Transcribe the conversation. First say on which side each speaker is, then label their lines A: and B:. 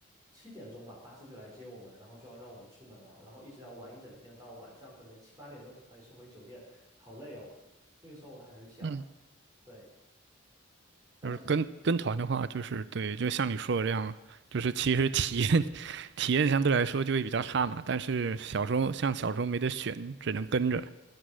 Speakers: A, on the right (about 20°); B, on the right (about 60°).
A: 七点钟吧，巴士就来接我们，然后就要让我们出门了，然后一直要玩一整天，到晚上可能七八点钟才把你送回酒店，好累哦。那个时候我还很小，
B: 嗯，
A: 对，但是嗯。
B: 就是跟跟团的话，就是对，就像你说的这样，就是其实体验 <laughs> 体验相对来说就会比较差嘛，但是小时候像小时候没得选，只能跟着。